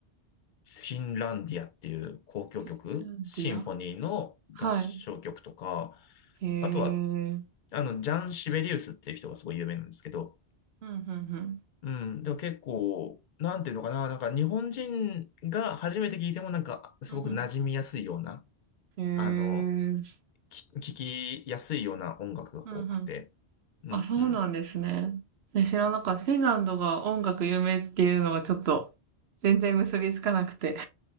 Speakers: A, on the left; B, on the right.
A: フィンランディアっていう交響曲、
B: フィンランディア
A: シンフォニーの合唱曲とか、
B: はい。へえ。
A: あとは、あの、ジャン・シベリウスっていう人がすごい有名なんですけど、
B: うん、うん、うん。
A: うん。でも結構、なんていうのかな、なんか日本人が初めて聞いてもなんかすごく馴染みやすいような、
B: うん、うん。へえ。う
A: あの、
B: ん、
A: き聞きやすいような音楽が多くて。
B: うん。
A: うんうん。
B: あ、そうなんですね。え知らなかった。フィンランドが音楽有名っていうのがちょっと全然結びつかなくて。